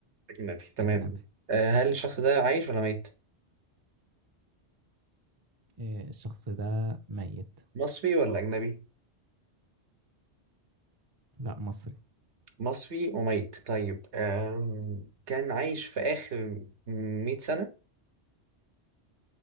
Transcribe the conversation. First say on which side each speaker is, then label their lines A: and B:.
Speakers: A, on the right; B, on the right.
A: أجنبي تمام
B: أجنبي
A: آه هل الشخص ده عايش ولا ميت؟
B: إيه، الشخص ده ميت
A: مصري ولا أجنبي؟
B: لا مصري
A: مصري وميت طيب آم، كان عايش في آخر مئة سنة؟